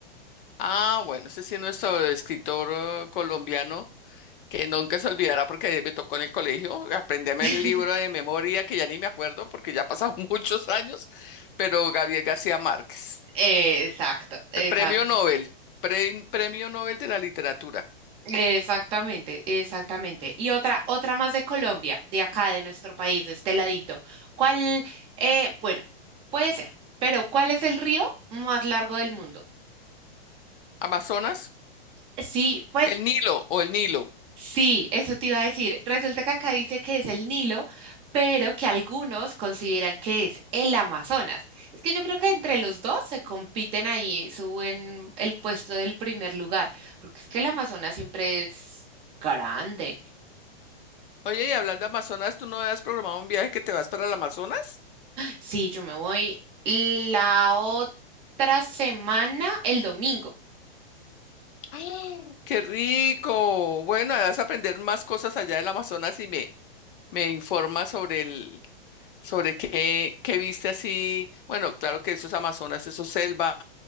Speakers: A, on the left (about 60°); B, on the right (about 20°).
A: Ah, bueno, ese sí es nuestro escritor eh, colombiano Que nunca se olvidará porque me tocó en el colegio aprenderme
B: <laughs>
A: el libro de memoria que ya ni me acuerdo porque ya pasaron <laughs> muchos años, pero Gabriel García Márquez,
B: Exacto, exacto.
A: pe- premio Nobel, pre- premio Nobel de la literatura.
B: Exactamente, exactamente. Y otra, otra más de Colombia, de acá, de nuestro país, de este ladito. ¿Cuál, eh, bueno, puede ser, pero ¿cuál es el río más largo del mundo?
A: Amazonas,
B: Sí, pues
A: el Nilo o el Nilo.
B: sí, eso te iba a decir. Resulta que acá dice que es el Nilo, pero que algunos consideran que es el Amazonas. Es que yo creo que entre los dos se compiten ahí, suben el puesto del primer lugar, porque es que el Amazonas siempre es grande.
A: Oye, y hablando de Amazonas, ¿tú no has programado un viaje que te vas para el Amazonas?
B: Sí, yo me voy la otra semana, el domingo.
A: ¡Ah! ¡Qué rico! Bueno, vas a aprender más cosas allá del Amazonas y me, me informas sobre el, sobre qué, qué viste así. Bueno, claro que eso es Amazonas, eso es selva.